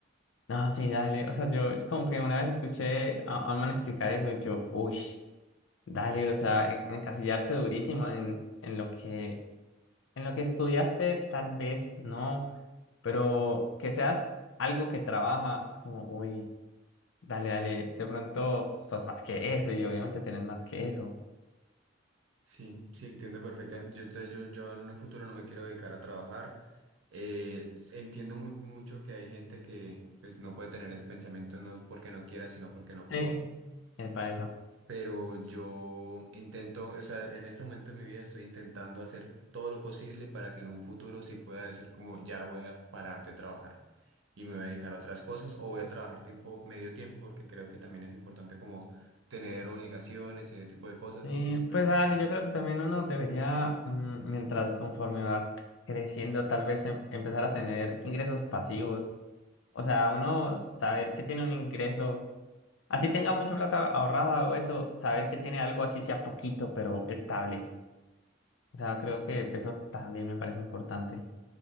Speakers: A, on the left; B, on the right.
A: No, sí, dale. O sea, yo como que una vez escuché a, a un man explicar eso y yo, uy, dale, o sea, en- encasillarse durísimo en, en lo que, en lo que estudiaste, tal vez no, pero que seas algo que trabaja, es como, uy, dale, dale, de pronto sos más que eso y obviamente tenés más que eso.
B: Sí, sí, entiendo perfectamente. Yo, entonces, yo, yo en un futuro no me quiero dedicar a trabajar. Eh, entiendo mu- mucho que hay gente que pues no puede tener ese pensamiento no porque no quiera, sino porque no
A: Sí,
B: puede.
A: epa, epa.
B: pero yo intento, o sea, en este momento de mi vida estoy intentando hacer todo lo posible para que en un futuro sí pueda decir como ya voy a parar de trabajar y me voy a dedicar a otras cosas o voy a trabajar tiempo, medio tiempo, porque creo que también es importante como tener obligaciones y ese tipo de cosas.
A: Sí,
B: No se puede
A: pues
B: como-
A: dale, yo creo que también uno debería, mm, mientras conforme va creciendo, tal vez em- empezar a tener ingresos pasivos. O sea, uno saber que tiene un ingreso, así tenga mucha plata ahorrada o eso, saber que tiene algo así sea poquito, pero estable. O sea, creo que eso también me parece importante.